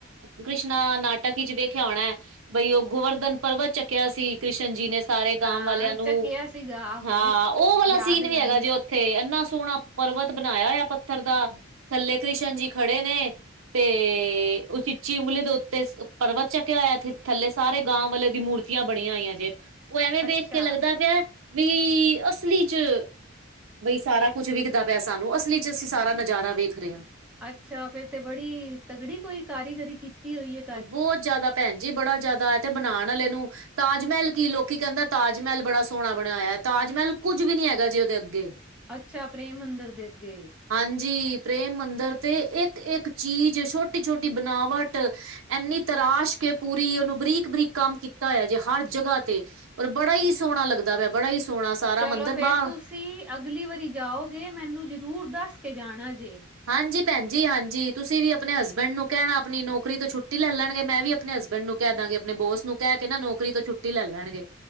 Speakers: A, on the right; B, in the centre.
A: ਕ੍ਰਿਸ਼ਨਾ ਨਾਟਕ ਵਿਚ ਵੇਖਿਆ ਹੋਣਾ ਹੈ। ਬਈ ਉਹ ਗੋਵਰਧਨ ਪਰਬਤ ਚੱਕਿਆ ਸੀ ਕ੍ਰਿਸ਼ਨ ਜੀ ਨੇ ਸਾਰੇ ਗਾਂ
B: ਹਾਂ
A: ਵਾਲਿਆਂ ਨੂੰ
B: ਚੱਕਿਆ ਸੀਗਾ ਆਹੋ,
A: ਹਾਂ ਉਹ ਵਾਲਾ
B: ਯਾਦ
A: ਸੀਨ
B: ਏ
A: ਵੀ ਹੈਗਾ
B: ਮੈਨੂੰ
A: ਜੇ ਉੱਥੇ ਇਨਾ ਸੋਹਣਾ ਪਰਵਤ ਬਣਾਇਆ ਹੋਇਆ ਪੱਥਰ ਦਾ ਥੱਲੇ ਕ੍ਰਿਸ਼ਨ ਜੀ ਖੜੇ ਨੇ ਤੇ ਉਹ ਚੀਚੀ ਉਂਗਲੀ ਦੇ ਉੱਤੇ ਪਰਵਤ ਚੱਕ ਹੋਇਆ ਥੱਲੇ ਸਾਰੇ ਗਾਂ ਵਾਲੇ ਦੀ ਮੂੂਰ ਮੂਰਤੀਆਂ ਬਣੀਆਂ ਹੋਈਆਂ ਜੇ ਉਹ ਐਵੇਂ ਵੇਖ
B: ਅੱਛਾ।
A: ਕੇ ਲੱਗਦਾ ਪਿਆ ਵੀ ਅਸਲੀ ਚ ਬਈ ਸਾਰਾ ਕੁਛ ਵਿਕਦਾ ਸਾਨੂੰ ਅਸਲੀ ਚ ਅਸੀਂ ਸਾਰਾ ਨਜ਼ਾਰਾ ਵੇਖ ਰਹੇ ਹਾਂ।
B: ਅੱਛਾ ਫਿਰ ਤੇ ਬੜੀ ਤਗੜੀ ਕੋਈ ਕਾਰੀਗਰੀ ਕੀਤੀ ਹੋਈ ਹੈ।
A: ਬਹੁਤ ਜਿਆਦਾ ਭੈਣ ਜੀ ਬੜਾ ਜਿਆਦਾ ਤੇ ਬਣਾਉਣ ਵਾਲੇ ਨੂੰ ਤਾਜ ਮਹਿਲ ਕੀ ਲੋਕੀ ਕਹਿੰਦਾ ਤਾਜ ਮਹਿਲ ਬੜਾ ਸੋਹਣਾ ਬਣਿਆ ਹੋਇਆ ਤਾਜ ਮਹਿਲ ਕੁੱਝ ਵੀ ਨੀ ਹੈਗਾ ਜੇ ਉਹਦੇ ਅੱਗੇ
B: ਅੱਛਾ ਪ੍ਰੇਮ ਮੰਦਰ ਦੇ ਅੱਗੇ।
A: ਹਾਂਜੀ ਪ੍ਰੇਮ ਮੰਦਰ ਤੇ ਇੱਕ- ਇੱਕ ਚੀਜ਼ ਛੋਟੀ-ਛੋਟੀ ਬਣਾਵਟ। ਇੰਨੀ ਤਰਾਸ਼ ਕੇ ਪੂਰੀ ਉਹਨੂੰ ਬਰੀਕ -ਬਰੀਕ ਕੰਮ ਕੀਤਾ ਹੋਆ ਜੇ ਹਰ ਜਗ੍ਹਾ ਤੇ। ਪਰ ਬੜਾ ਹੀ ਸੋਹਣਾ ਲੱਗਦਾ ਵਾ ਬੜਾ ਹੀ ਸੋਹਣਾ ਸਾਰਾ
B: ਚਲੋ
A: ਮੰਦਿਰ
B: ਫੇਰ
A: ਬਾਹਰ
B: ਤੁਸੀਂ ਅਗਲੀ ਵਾਰੀ ਜਾਓਗੇ ਮੈਨੂੰ ਜ਼ਰੂਰ ਦੱਸ ਕੇ ਜਾਣਾ ਜੇ।
A: ਹਾਂਜੀ ਭੈਣਜੀ ਹਾਂਜੀ ਤੁਸੀਂ ਵੀ ਆਪਣੇ ਹਸਬੈਂਡ ਨੂੰ ਕਹਿਣਾ ਆਪਣੀ ਨੌਕਰੀ ਤੋਂ ਛੁੱਟੀ ਲੈ ਲੈਣਗੇ ਮੈਂ ਵੀ ਆਪਣੇ ਹਸਬ ਬੈਡ ਨੂੰ ਕਹਿ ਦਾਂਗੇ ਆਪਣੇ ਬੋਸ ਨੂੰ ਕਹਿ ਕੇ ਨਾ ਨੌਕਰੀ ਤੋਂ ਛੁੱਟੀ ਲੈ ਲੈਣਗੇ।